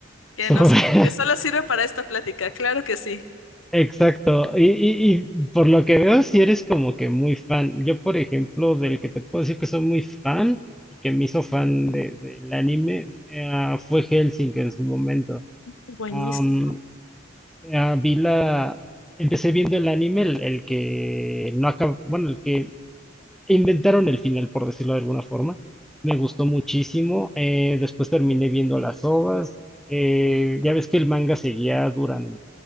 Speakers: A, on the left; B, in the centre.
A: que
B: Sobre-
A: no sé,
B: <laughs>
A: que solo sirve para esta plática, claro que sí.
B: Exacto. Y, y, y por lo que veo, si eres como que muy fan. Yo, por ejemplo, del que te puedo decir que soy muy fan y que me hizo fan de, del anime, eh, fue Hellsing en su momento.
A: Buenísimo.
B: Am, ah, vi la, empecé viendo el anime, el, el que no acabó, bueno, el que inventaron el final, por decirlo de alguna forma. Me gustó muchísimo. eh, después terminé viendo las ovas. eh, ya ves que el manga seguía durante